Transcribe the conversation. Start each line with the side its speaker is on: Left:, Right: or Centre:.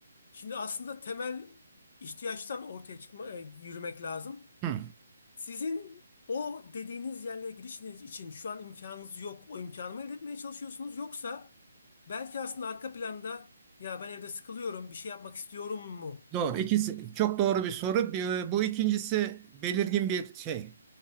Left: şimdi aslında temel ihtiyaçtan ortaya çıkma, e, yürümek lazım.
Right: Hı,
Left: Sizin o dediğiniz yerlere girişiniz için şu an imkanınız yok. O imkanı mı elde etmeye çalışıyorsunuz? Yoksa belki aslında arka planda ya ben evde sıkılıyorum, bir şey yapmak istiyorum mu
Right: doğru.
Left: olay?
Right: İkisi çok doğru bir soru. Bir- Bu ikincisi belirgin bir şey.